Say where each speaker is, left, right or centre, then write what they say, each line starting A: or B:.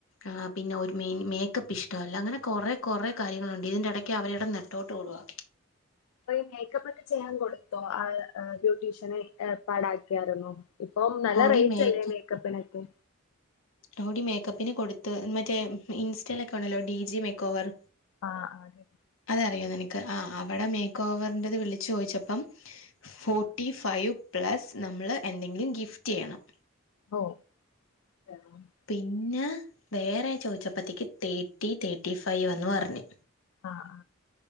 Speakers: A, on the left; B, on the left.
A: ആഹ് പിന്നെ ഒരു മീ മേക്കപ്പ് ഇഷ്ട്ടവല്ലാ അങ്ങനെ കൊറേ കൊറെ കാര്യങ്ങളൊണ്ട് ഇതിന്റെ എടയ്ക്ക് അവര് കെടന്ന് നെട്ടോട്ടോടുവാ
B: അപ്പ ഈ മേക്കപ്പ് ഒക്കെ ചെയ്യാൻ കൊടുത്തോ ആഹ് ഏഹ് ബ്യൂട്ടീഷ്യനെ ഏർപ്പാടാക്കിയായിരുന്നോ ഇപ്പം നല്ല
A: ഓടി
B: റേറ്റ്
A: മേക്ക്
B: അല്ലേ മേക്കപ്പിനൊക്കെ
A: ട്ടോഡി മേക്കപ്പിന് കൊടുത്ത് മറ്റേ ഇൻസ്റ്റയിലൊക്കെ ഒണ്ടല്ലോ ഡിജി മേക്കോവർ
B: ആഹ്അതെ
A: അത് അറിയോ നിനക്ക് ആഹ് അവിടെ മേക്ക് ഓവറിൻറത് വിളിച്ചു ചോദിച്ചപ്പം ഫോർട്ടി ഫൈവ് പ്ലസ് നമ്മള് എന്തെങ്കിലും ഗിഫ്റ്റ് ചെയ്യണം
B: ഓഹ് <unintelligible>
A: പിന്നെ വേറെ ചോദിച്ചപ്പത്തിക്ക് തേർട്ടി തേട്ടി ഫൈവ്ന്ന് പറഞ്ഞ്
B: ആഹ്